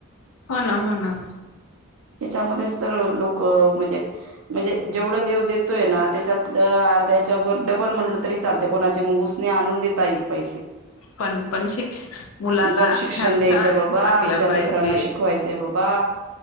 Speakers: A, on the left; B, on the right.
A: हो ना हो ना.
B: हच्यामध्येच तर लोक क म्हणजे म्हणजे जेवढं देव देतोय ना त्याच्यातल अर्ध्याच्या वर डबल म्हणलं तरी चालत कोणा मग ऊसने आणून देता येईल पैसे
A: पण पण शिक्ष मुलाला
B: पण शिक्षण
A: ह्याच
B: द्यायचं
A: शाळेत
B: बाबा
A: टाकलं
B: आमच्या
A: पाहिजे
B: लेकरांना शिकवायचंय बा बा